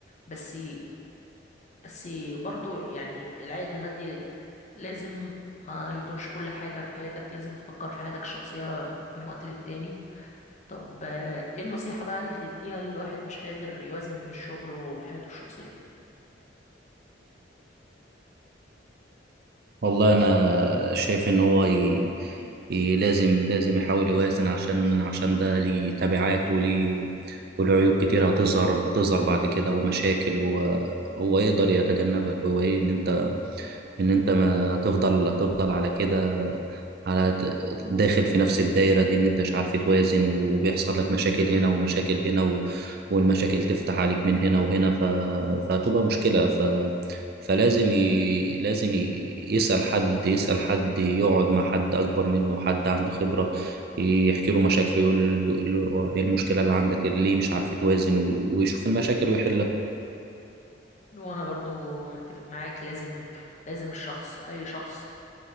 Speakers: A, on the left; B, on the right.
A: بس بس برضو يعني العائد المادي لازم ما يكونش كل حاجة في حياتك لازم تفكر في حياتك الشخصية من وقت للتاني طب آه، ايه النصيحة بقى اللي تديها لواحد مش قادر يوازن بين الشغل وحياته الشخصية
B: والله انا شايف ان هو ي... ي... لازم لازم يحاول يوازن عشان عشان ده ليه تبعات وليه وله عيوب كتير هتظهر هتظهر بعد كده ومشاكل هو هو يقدر يتجنبها اللي هو ايه ان انت ان انت ما تفضل تفضل على كده على ت- داخل في نفس الدايرة دي ان انت مش عارف توازن وبيحصل لك مشاكل هنا ومشاكل هنا و... والمشاكل تفتح عليك من هنا وهنا ف... فتبقى مشكلة ف... فلازم ي... لازم ي... يسأل حد يسأل حد يقعد مع حد أكبر منه حد عنده خبرة يحكي له مشاكله يقول له يقول له ايه المشكلة اللي عندك اللي ليه مش عارف توازن وي... ويشوف المشاكل ويحلها
A: وانا برضو متفق معاك لازم لازم الشخص اي شخص